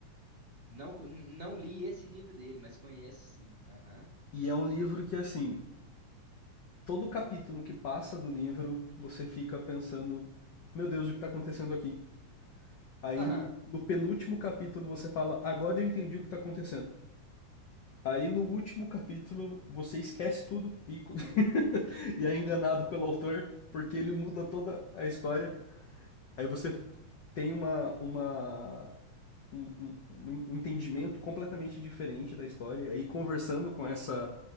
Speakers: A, on the right; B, on the left.
A: Não, co- não li esse livro dele, mas conheço sim. Aham.
B: E é um livro que, assim, todo capítulo que passa do livro, você fica pensando, meu Deus, o que está acontecendo aqui? Aí
A: Aham.
B: no, no penúltimo capítulo você fala, agora eu entendi o que está acontecendo. Aí no último capítulo você esquece tudo e, <laughs> e é enganado pelo autor, porque ele muda toda a história. Aí você tem uma, uma um, um- um um entendimento completamente diferente da história. E aí, conversando com essa,